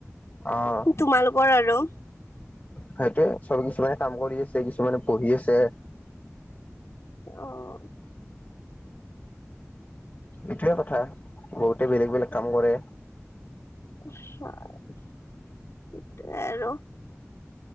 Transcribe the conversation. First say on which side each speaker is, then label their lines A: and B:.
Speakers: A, on the left; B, on the left.
A: অ',
B: তোমালোকৰ আৰু
A: সেইটোয়ে চবে কিছুমানে কাম কৰি আছে। এতিয়া কিছুমানে পঢ়ি আছে।
B: অ',
A: এইটোৱে কথা বহুতে বেলেগ বেলেগ কাম কৰে।
B: সেইটোৱে আৰু।